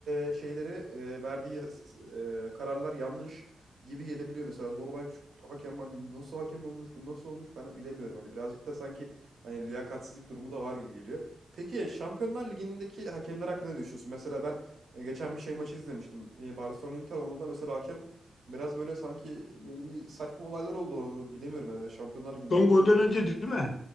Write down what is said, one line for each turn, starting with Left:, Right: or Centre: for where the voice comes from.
Right: e, şeyleri e, verdiği e, kararlar yanlış gibi gelebiliyor mesela Zorbay Küçük hakem hani nasıl hakem olmuş bu nasıl olmuş ben bilemiyorum hani birazcık da sanki hani liyakatsizlik durumu da var gibi geliyor. Peki ya Şampiyonlar Ligi'ndeki hakemler hakkında ne düşünüyorsun? Mesela ben e, geçen bir şey maçı izlemiştim. E, Barcelona Inter onda da mesela hakem biraz böyle sanki böyle bir saçma olaylar oldu orada. da. Bilemiyorum yani Şampiyonlar Ligi'nde
Left: Son
Right: de oluyor
Left: golden
Right: demek.
Left: önce değil mi?